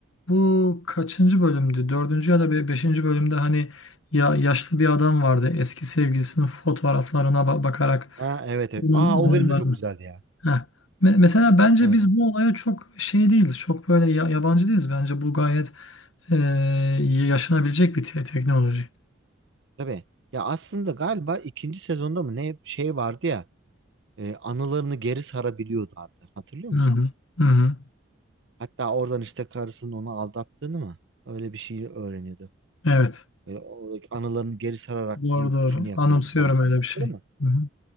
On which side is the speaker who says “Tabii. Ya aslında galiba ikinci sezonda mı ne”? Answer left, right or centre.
Right